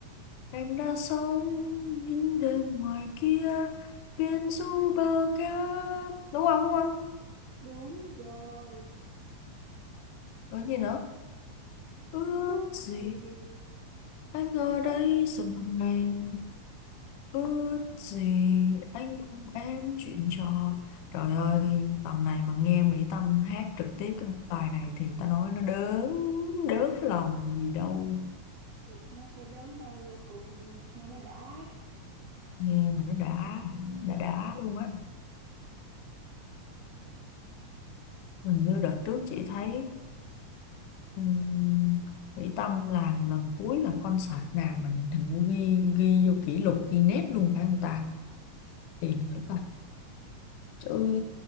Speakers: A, on the left (about 90°); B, on the right (about 75°).
A: em đã sống những đêm ngoài kia biển du bờ cát đúng không đúng không
B: đúng rồi
A: rồi gì nữa Ước
B: ước
A: gì
B: gì
A: anh ở đây
B: anh ở
A: giờ
B: đây
A: này
B: giờ này
A: Ước gì anh cùng em chuyện trò Trời ơi tầm này mà nghe Mỹ Tâm hát trực tiếp cái bài này Thì ta nói nó đớn đớn lòng gì đâu
B: thì nó sẽ đớn đau vô cùng luôn nghe nó đã
A: Nghe mà nó đã đã đã luôn á Hình như đợt trước
B: Ừ.
A: chị thấy ừm, Mỹ Tâm làm lần cuối là concert nào Mình hình như ghi ghi vô kỷ lục Guinness luôn phải không ta Tiền phải Tôi,